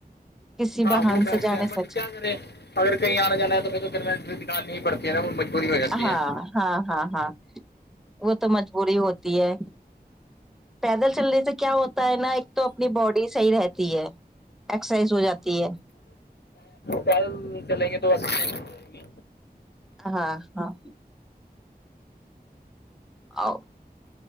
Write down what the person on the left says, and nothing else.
ہاں
وہ بیسٹ
ہے بٹ
کیا کرے اگر کہیں آنا جانا ہے تو پھر تو گاڑی نکالنی پڑتی ہے نا مجبوری ہو جاتی
ہے
کل چلیں گے تو اکسرسایز ہوجائے گی